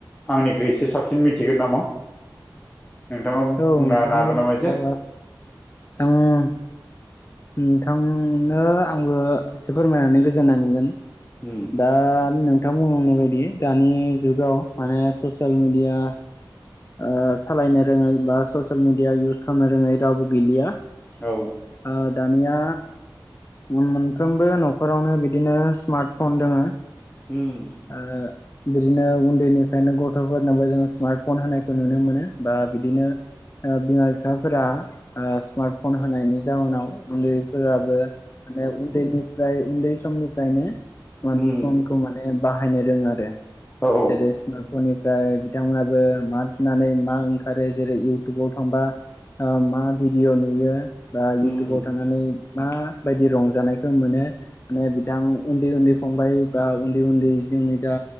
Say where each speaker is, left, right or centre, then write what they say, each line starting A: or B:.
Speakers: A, on the left; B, on the left.
A: आंनिख्रुइ एसे साबसिन मिथिगोन नामा? नोंथाङा
B: औ
A: बुंना
B: नोंथां
A: हागोन नामा एसे?
B: ओ आं नोंथांनो आंबो एसे फोरमायनानै गोजोननाय मोनगोन।
A: उम
B: दा नों नोंथां बुंनांनाय बायदि दानि जुगाव माने ससियेल मेडिया ओ सालायनो रोङै बा ससियेल मिडिया इउस खालामनो रोङै रावबो गैलिया।
A: औ
B: ओ दानिया मोनफ्रोमबो न'खरावनो बिदिनो स्मार्ट फन दोङो।
A: होम
B: ओ बिदिनो उन्दैनिफ्रायनो गथ'फोरनोबो जों स्मार्ट फन होनायखौ नुनो मोनो बा बिदिनो ओ बिमा बिफाफोरा ओ स्मार्टफन होनायनि जाउनाव उन्दैफोराबो माने उन्दैनिफ्राय उन्दै समनिफ्रायनो स्मार्ट
A: उम
B: फनखौ माने बाहायनो रोङो आरो ।
A: औ औ
B: जेरै स्मार्टफन निफ्राय बिथांमोनहाबो मा थुनानै मा ओंखारो जेरै इउटुबाव थांबा मा भिडिअ' नुयो बा इउटुबाव
A: उम
B: थानानै मा बायदि रंजानायखौ मोनो माने बिथां उन्दै उन्दै फंबाय बा उन्दै उन्दै जोंनि दा